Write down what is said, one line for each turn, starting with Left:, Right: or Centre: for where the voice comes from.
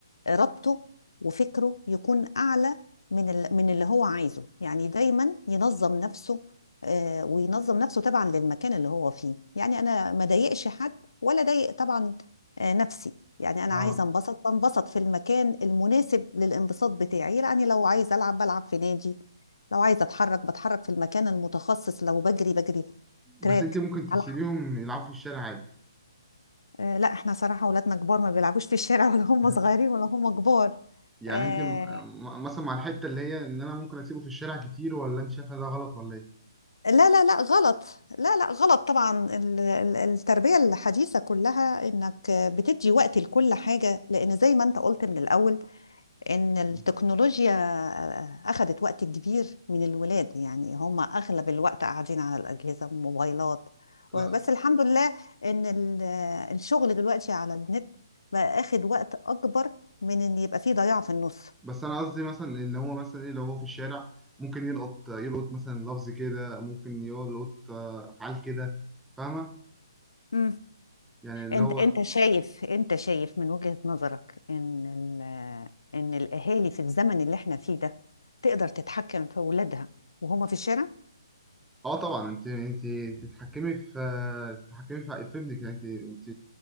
Left: ربطه وفكره يكون أعلى من ال- من اللي هو عايزه يعني دايما ينظم نفسه آه، وينظم نفسه طبعا للمكان اللي هو فيه يعني أنا ما ضايقش حد ولا ضايق طبعا آه، نفسي يعني أنا
Centre: اه
Left: عايزة أنبسط بنبسط في المكان المناسب للانبساط بتاعي يعني لو عايزة ألعب بلعب في نادي لو عايزة أتحرك بتحرك في المكان المتخصص لو بجري بجري في
Centre: بس
Left: تراك
Centre: انت ممكن تسيبيهم
Left: على حق
Centre: يلعبوا في الشارع عادي
Left: آه، لا احنا صراحة ولادنا كبار ما بيلعبوش في الشارع ولا هم
Centre: <laughs>
Left: صغيرين ولا هم كبار
Centre: يعني
Left: آه،
Centre: انت م- م- مثلا مع الحته اللي هي ان انا ممكن اسيبه في الشارع كتير ولا انت شايفها ده غلط ولا
Left: لا لا لا غلط لا لا غلط طبعا ال- ال- التربية الحديثة كلها انك بتدي وقت لكل حاجة لان زي ما انت قلت من الاول ان التكنولوجيا
Centre: ايه
Left: اخذت وقت كبير من الولاد يعني هم اغلب الوقت قاعدين على الاجهزة والموبايلات و-
Centre: لا
Left: بس الحمد لله ان ال- الشغل دلوقتي على النت بقى اخد وقت اكبر من ان يبقى فيه ضياع في النص
Centre: بس انا قصدي مثلا ان هو مثلا ايه لو هو في الشارع ممكن يلقط يلقط مثلا لفظ كده ممكن يلقط آه، افعال كده فاهمه
Left: مم.
Centre: يعني اللي
Left: انت
Centre: هو
Left: انت شايف انت شايف من وجهة نظرك ان ال- ان الاهالي في الزمن اللي احنا فيه ده تقدر تتحكم في اولادها وهما في الشارع
Centre: اه طبعا انت انت انت تتحكمي في آه، تتحكمي في في ابنك يعني انت